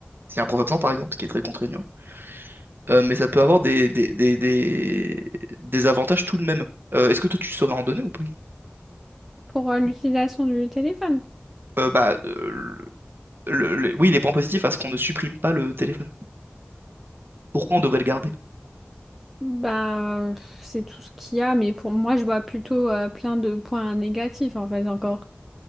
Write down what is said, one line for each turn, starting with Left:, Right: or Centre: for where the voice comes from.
Right: s'il y a un prof absent, par exemple, ce qui est très contraignant. Euh, mais ça peut avoir des, des, des, des, des avantages tout de même. Euh, est-ce que toi, tu saurais en donner ou pas?
Centre: Pour euh, l'utilisation du téléphone,
Right: Euh, bah, euh, le- le- oui, les points positifs à ce qu'on ne supprime pas le téléphone. Pourquoi on devrait le garder?
Centre: bah, euh, c'est tout ce qu'il y a, mais pour moi, je vois plutôt euh, plein de points négatifs en fait encore.